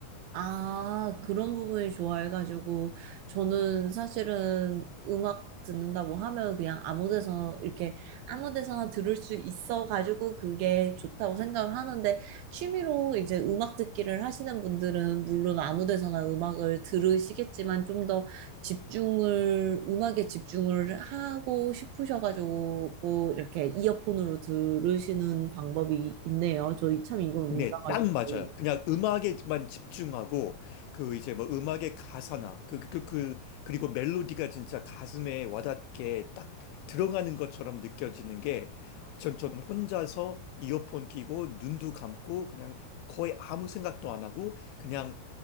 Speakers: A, on the right; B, on the left.
A: 아, 그런 부분이 좋아해가지고, 저는 사실은 음악 듣는다고 하면 그냥 아무 데서나, 이렇게 아무 데서나 들을 수 있어가지고 그게 좋다고 생각을 하는데, 취미로 이제 음악 듣기를 하시는 분들은 물론 아무 데서나 음악을 들으시겠지만 좀 더 집중을, 음악에 집중을 하고 싶으셔가지고, 뭐 이렇게 이어폰으로 들으시는 방법이 있네요. 저희 참 이건 몰라가지고.
B: 네, 딱 맞아요. 그냥 음악에만 집중하고 그 이제 뭐 음악의 가사나 그, 그, 그, 그 그리고 멜로디가 진짜 가슴에 와닿게 딱 들어가는 것처럼 느껴지는 게 전, 전 혼자서 이어폰 끼고 눈도 감고 그냥 거의 아무 생각도 안 하고 그냥